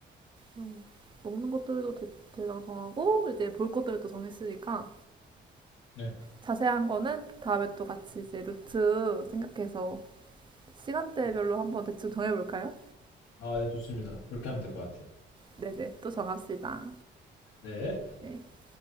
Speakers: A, on the right (about 25°); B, on the left (about 80°).
A: 음, 먹는 것들도 대, 대강 정하고 이제 볼 것들도 정했으니까
B: 네.
A: 자세한 거는 다음에 또 같이 이제 루트 생각해서 시간대별로 한번 대충 정해볼까요?
B: 아, 네, 좋습니다. 그렇게 하면 될 것 같아요.
A: 네네, 또 정합시다.
B: 네.
A: 네.